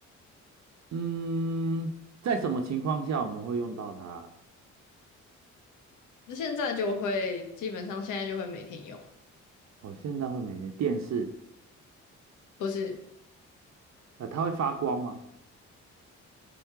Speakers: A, on the right; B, on the left.
A: 嗯，在什么情况下我们会用到它？
B: 那现在就会基本上现在就会每天用了，
A: 我现在会每天电视，
B: 不是
A: 呃，它会发光吗？